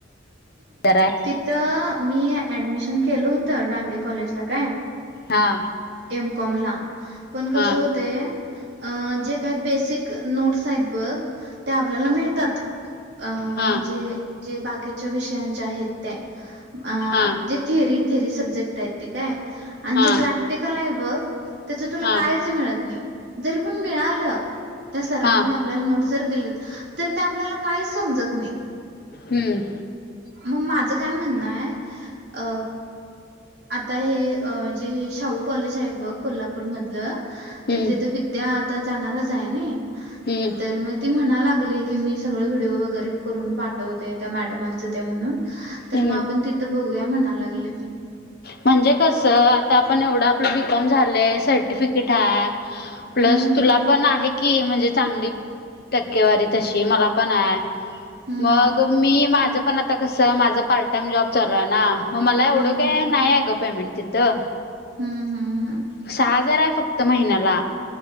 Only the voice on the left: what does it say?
आहे
हा.
हा
हा
हा
हा
हा
हा
हम्म.
हम्म
हम्म
हम्म
म्हणजे कसं आता आपण एवढं आपलं बी कॉम झालंय सर्टिफिकेट हाय प्लस
तुला पण आहे की म्हणजे चांगली टक्केवारी तशी मला पण आहे.
मग मी माझं पण आता कसं माझा पार्ट टाइम जॉब चालू आहे ना. म मला एवढं
काय नाय आहे गं पेमेंट तिथं.
सहा हजार आहे फक्त महिन्याला.